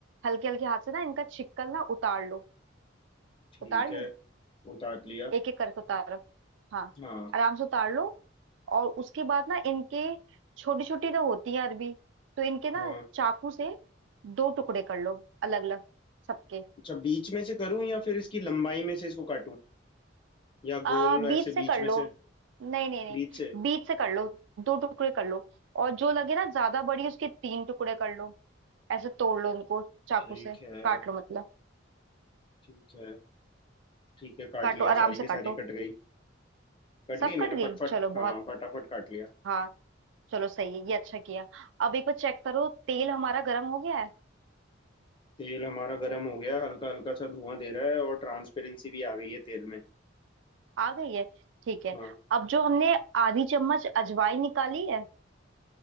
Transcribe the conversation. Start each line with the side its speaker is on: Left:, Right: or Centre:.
Right: हल्के हल्के हाथ से ना इनका छिक्कल ना उतार लो
Left: ठीक
Right: उतार
Left: है
Right: ली
Left: उतार लिया
Right: एक एक करके उतारो हाँ
Left: हाँ
Right: आराम से उतार लो और उसके बाद ना इनके छोटी छोटी तो होती है अरबी तो इनके ना
Left: हाँ
Right: चाकू से दो टुकड़े कर लो अलग अलग सबके
Left: अच्छा बीच में से करूँ या फिर इसकी लंबाई में से इसको काटूं या
Right: आ
Left: गोल
Right: बीच
Left: ऐसे
Right: से
Left: बीच
Right: कर
Left: में
Right: लो
Left: से
Right: नहीं नहीं नहीं
Left: बीच से
Right: बीच से कर लो दो टुकड़े कर लो और जो लगे ना ज्यादा बड़ी उसके तीन टुकड़े कर लो ऐसे तोड़ लो उनको चाकू
Left: ठीक
Right: से
Left: है
Right: काट लो मतलब
Left: ठीक है ठीक है काट
Right: काटो
Left: लिया
Right: आराम
Left: सारी
Right: से
Left: की सारी
Right: काटो
Left: कट गई कट
Right: सब
Left: गई
Right: कट
Left: मैंने
Right: गई
Left: फटफट
Right: चलो
Left: हाँ
Right: बहुत
Left: फटाफट काट लिया
Right: हाँ चलो सही है ये अच्छा किया अब एक बार चेक करो तेल हमारा गर्म हो गया है
Left: तेल हमारा गर्म हो गया हल्का हल्का सा धुआं दे रहा है और ट्रांसपेरेंसी भी आ गई है तेल में
Right: आ गई है ठीक है
Left: हाँ
Right: अब जो हमने आधी चम्मच अजवाइन निकाली है